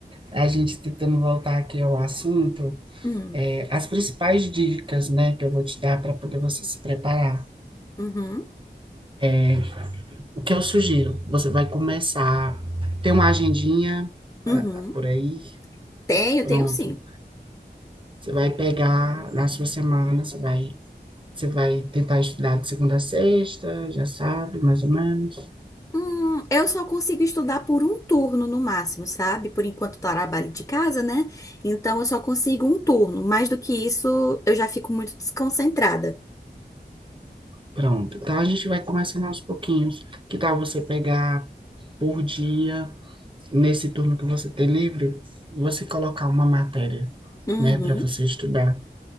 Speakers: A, on the right; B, on the left.
A: a gente tentando voltar aqui ao assunto,
B: Hum,
A: é, as principais dicas, né, que eu vou te dar para poder você se preparar.
B: uhum,
A: É, o que eu sugiro? Você vai começar, tem uma agendinha ah,
B: uhum.
A: por aí,
B: Tenho,
A: pronto.
B: tenho sim.
A: Você vai pegar na sua semana, você vai Você vai tentar estudar de segunda a sexta, já sabe, mais ou menos.
B: Hum, eu só consigo estudar por um turno no máximo, sabe? Por enquanto eu trabalho de casa, né? Então eu só consigo um turno. Mais do que isso, eu já fico muito desconcentrada.
A: Pronto. Então a gente vai começando aos pouquinhos. Que tal você pegar por dia, nesse turno que você tem livre, você colocar uma matéria,
B: Uhum,
A: né, para você estudar?